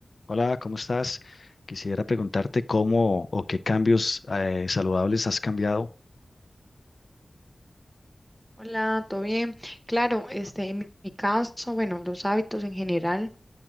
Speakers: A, on the left; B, in the centre.
A: Hola, ¿cómo estás? Quisiera preguntarte cómo o qué cambios eh, saludables has cambiado.
B: Hola, ¿todo bien? Claro, este, en mi mi caso, bueno, los hábitos en general.